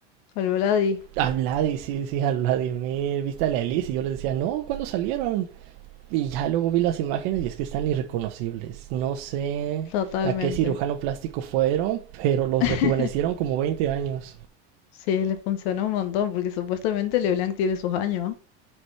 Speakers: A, on the left; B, on the right.
A: al Vladi,
B: al Vladi, sí, sí, al Vladimir. ¿Viste a la Elise? Y yo les decía, no, ¿cuándo salieron? Y ya luego vi las imágenes y es que están irreconocibles. No sé
A: totalmente.
B: a qué cirujano plástico fueron, pero los
A: <laughs>
B: rejuvenecieron como 20 años.
A: Sí, les funcionó un montón porque supuestamente LeBlanc tiene sus años.